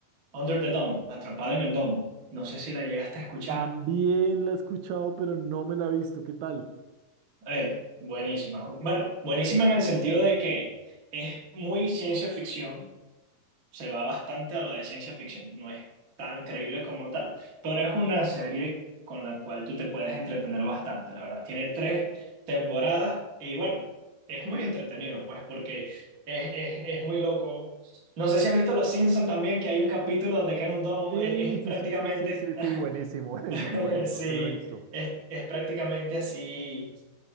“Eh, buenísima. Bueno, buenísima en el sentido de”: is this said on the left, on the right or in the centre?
Right